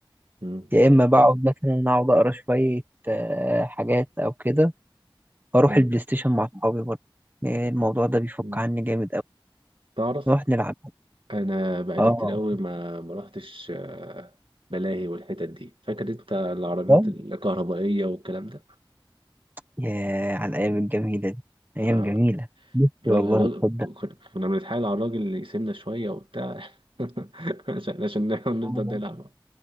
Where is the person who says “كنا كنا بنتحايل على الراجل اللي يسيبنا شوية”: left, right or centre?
Right